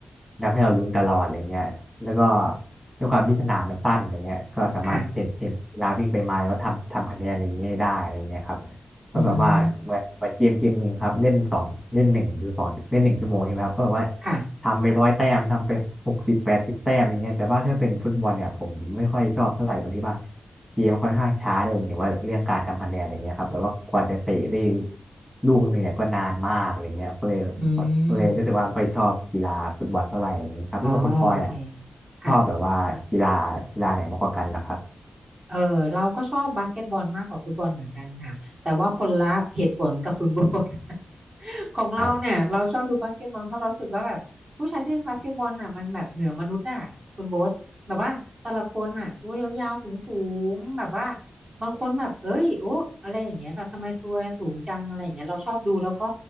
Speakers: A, in the centre; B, on the right (about 40°).
A: ทำให้เราลุ้นตลอดอะไรเงี้ยแล้วก็ด้วยความที่สนามมันสั้นอะไรเงี้ยก็สามารถเห็นเห็นกีฬาวิ่งไปมาแล้วก็ทำทำคะแนนอะไรเงี้ยได้อะไรเงี้ยครับ
B: ค่ะ
A: ก็แบบว่าเหมือนเหมือนเกมเกมหนึ่งครับเล่นสองเล่นหนึ่งหรือสองเล่นหนึ่งชั่วโมงใช่ไหมครับก็แบบว่า
B: อืม ค่ะ
A: ทำไปร้อยแต้มทำไปหกสิบแปดสิบแต้มอย่างเงี้ยแต่ว่าถ้าเป็นฟุตบอลเนี่ยผมไม่ค่อยชอบเท่าไหร่ตรงที่ว่า เกมค่อนข้างช้าด้วยหมายถึงว่าเรื่องการทำคะแนนอะไรเงี้ยครับแบบว่ากว่าจะเตะได้ลูกหนึ่งเนี่ยก็นานมากอะไรเงี้ยก็เลย
B: อืม
A: ก็เลยรู้สึกว่าไม่ค่อยชอบกีฬาฟุตบอลเท่าไหร่อะไรเงี้ยครับแล้วแบบคุณปอยอ่ะ
B: อ๋อโอเค ค่ะ
A: ชอบแบบว่ากีฬากีฬาไหนมากกว่ากันนะครับ
B: เออเราก็ชอบบาสเกตบอลมากกว่าฟุตบอลเหมือนกันค่ะแต่ว่าคนละเหตุผลกับคุณโบท <laughs> ของเราเนี่ยเราชอบดูบาสเกตบอลเพราะเรารู้สึกว่าแบบผู้ชายที่เล่นบาสเกตบอลน่ะมันแบบเหนือมนุษย์อ่ะคุณโบทแบบว่าแต่ละคนน่ะตัวยาวๆสูงๆแบบว่า
A: ครับ
B: บางคนแบบเอ้ยโอ้อะไรอย่างเงี้ยแบบทำไมตัวสูงจังอะไรอย่างเงี้ยเราชอบดูแล้วก็